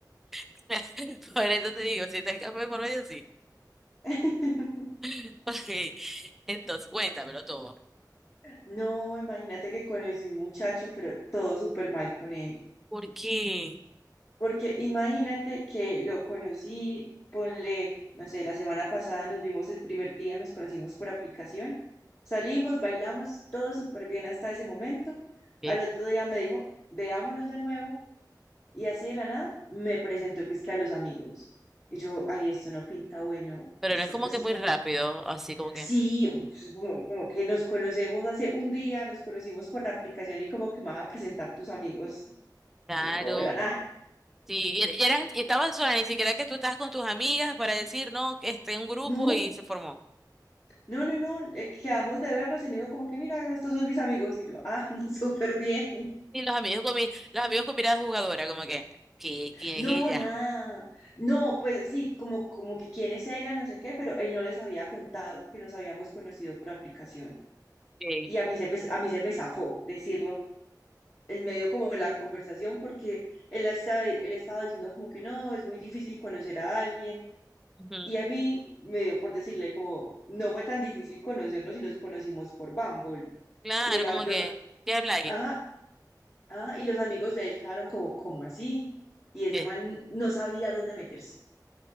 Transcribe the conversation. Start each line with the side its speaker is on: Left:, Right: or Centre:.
Centre: <laughs> Por eso te digo, si está el café por medio, sí.
Left: <laughs>
Centre: <laughs> Ok. Entonces, cuéntamelo todo.
Left: No, imagínate que conocí a un muchacho, pero todo súper mal con él.
Centre: ¿Por qué?
Left: Porque imagínate que lo conocí, ponle, no sé, la semana pasada nos vimos el primer día, nos conocimos por aplicación, salimos, bailamos, todo súper bien hasta ese momento.
Centre: Ok.
Left: Al otro día me dijo, veámonos de nuevo, y así de la nada me presentó que es que a los amigos. Y yo, ay, esto no pinta bueno,
Centre: Pero
Left: esto
Centre: no es como
Left: no, esto
Centre: que muy
Left: como,
Centre: rápido, así como que.
Left: sí, pues, como, como que nos conocemos hace un día, nos conocimos por aplicación y como que me vas a presentar tus amigos,
Centre: Claro.
Left: como, como de la nada.
Centre: Sí, y, y era- y estaba sola, ni siquiera que tú estabas con tus amigas para decir, no, que este un grupo
Left: No,
Centre: y se formó.
Left: No, no, no, eh, quedamos de vernos y me dijo como que mira, estos son mis amigos y yo, ah, <laughs> súper bien.
Centre: Y los amigos con mi, los amigos con mirada jugadora, como que, ¿qué, quién
Left: No,
Centre: es ella?
Left: nada. No, pues sí, como, como que quién es ella, no sé qué, pero él no les había contado que nos habíamos conocido por aplicación.
Centre: Ok.
Left: Y a mí se me, a mí se me zafó decirlo en medio como de la conversación porque él estaba, él estaba diciendo como que no, es muy difícil conocer a alguien.
Centre: Ujú.
Left: Y a mí me dio por decirle como, no fue tan difícil conocernos y nos conocimos por Bumble.
Centre: Claro,
Left: Y el, am-
Centre: como
Left: los,
Centre: que, ¿qué habláis?
Left: Ajá, Ah, y los amigos de él quedaron como, como así. Y ese
Centre: ¿Qué?
Left: man no sabía dónde meterse.